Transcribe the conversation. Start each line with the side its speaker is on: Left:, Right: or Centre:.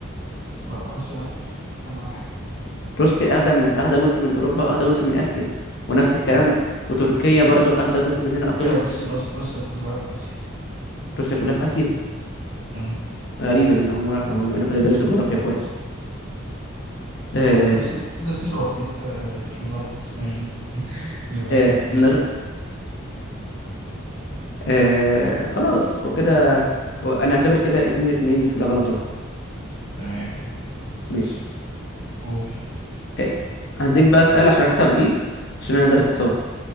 Right: لا روسيا في مكان واحد
Left: روسيا أخدة من أخدة جزء من أوروبا وأخدة جزء من آسيا ونفس
Right: تركيا
Left: الكلام وتركيا
Right: تركيا
Left: برضو أخدة جزء من هنا أخدة
Right: تركيا
Left: جزء
Right: بس
Left: من هنا
Right: روس- روسيا كلها في آسيا
Left: روسيا كلها في آسيا
Right: امم
Left: غريبة دي أنا أول مرة أعرف المعلومة دي مع إني كنت دارس جغرافيا كويس آه
Right: تقريبا تدرس لي تدرس لي جغرافية آه جغرافية اسمها ايه دي <laughs> جغرافية
Left: آه
Right: روسيا
Left: نج... آه خلاص وكده هو أنا أعتبر كده اتنين اتنين في الغلطات
Right: تمام
Left: ماشي
Right: قول
Left: آه، هديك بقى سؤال عشان أكسب بيه عشان أنا دارس آثار